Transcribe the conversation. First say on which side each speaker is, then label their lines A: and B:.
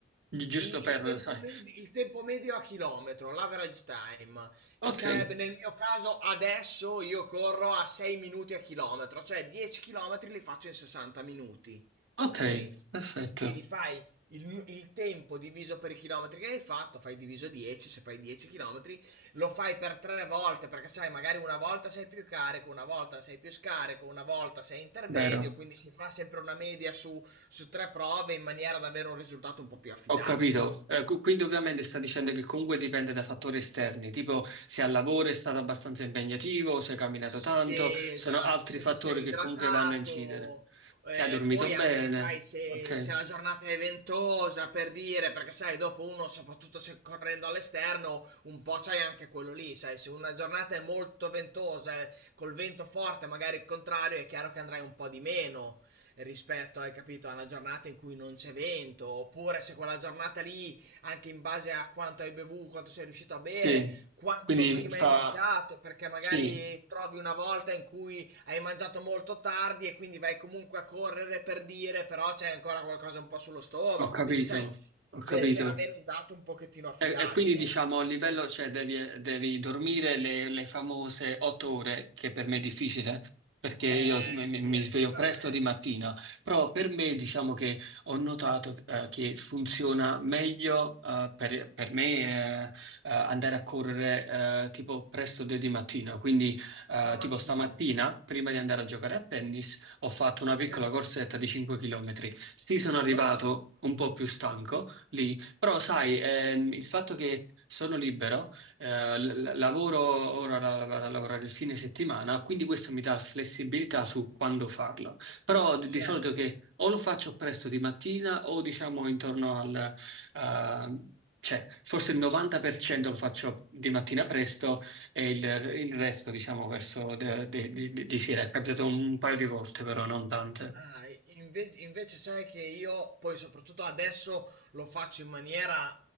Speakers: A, on the right (about 85°); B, on the right (about 55°).
A: Gi- giusto
B: il,
A: per,
B: il tempo
A: sai.
B: med- il tempo medio a chilometro, l'average time,
A: Ok,
B: che sarebbe nel mio caso adesso io corro a 6 minuti a chilometro, cioè 10 chilometri li faccio in 60 minuti,
A: ok,
B: ok?
A: perfetto,
B: Quindi fai il, nu- il tempo diviso per i chilometri che hai fatto, fai diviso 10, se fai 10 chilometri, lo fai per tre volte, perché sai, magari una volta sei più carico, una volta sei più scarico, una volta sei intermedio,
A: vero.
B: quindi si fa sempre una media su su tre prove in maniera da avere un risultato un po' più affidabile.
A: Ho capito. Eh, cu- quindi ovviamente sta dicendo che comunque dipende da fattori esterni, tipo se al lavoro è stato abbastanza impegnativo, se hai camminato
B: Sì,
A: tanto,
B: esatto,
A: sono altri
B: se
A: fattori
B: ti sei
A: che
B: idratato,
A: comunque vanno a incidere.
B: eh,
A: Se hai dormito
B: poi anche
A: bene,
B: sai se,
A: ok,
B: se la giornata è ventosa per dire, perché sai, dopo uno, soprattutto se correndo all'esterno, un po' c'hai anche quello lì, sai, se una giornata è molto ventosa, eh, col vento forte, magari il contrario, è chiaro che andrai un po' di meno rispetto, hai capito, a una giornata in cui non c'è vento, oppure se quella giornata lì, anche in base a quanto hai bevuto, quanto sei riuscito a bere,
A: sì.
B: quanto
A: Quindi
B: prima
A: fa,
B: hai mangiato, perché magari
A: sì,
B: trovi una volta in cui hai mangiato molto tardi e quindi vai comunque a correre per dire, però c'è ancora qualcosa un po' sullo stomaco,
A: ho capito,
B: quindi sai,
A: ho capito.
B: per, per avere un dato un pochettino affidabile.
A: E, e quindi diciamo a livello, cioè devi, eh, devi dormire le, le famose otto ore, che per me è difficile, perché
B: Eh
A: io s- mi, mi-
B: sì,
A: mi
B: anche
A: sveglio
B: per
A: presto
B: me.
A: di mattina, però per me diciamo che ho notato eh, che funziona meglio eh, per, per me eh, eh, andare a correre eh, tipo presto de- di mattina, quindi eh,
B: La mattina.
A: tipo stamattina, prima di andare a giocare a tennis, ho fatto una piccola
B: Sì, allenatore.
A: corsetta di 5 km. Sì, sono arrivato
B: Bravo.
A: un po' più stanco lì però sai, ehm, il fatto che sono libero, eh, l- l- lavoro ora la- vado a lavorare il fine settimana, quindi questo mi dà flessibilità su quando farlo. Però di, di
B: Certo.
A: solito che o lo faccio presto di mattina o diciamo intorno al... ehm, cioè, forse il 90% lo faccio di mattina presto e il, il resto, diciamo, verso de- de- de- de- di sera. È capitato un paio di volte, però non tante.
B: Ah, e inve- invece sai che io poi soprattutto adesso lo faccio in maniera,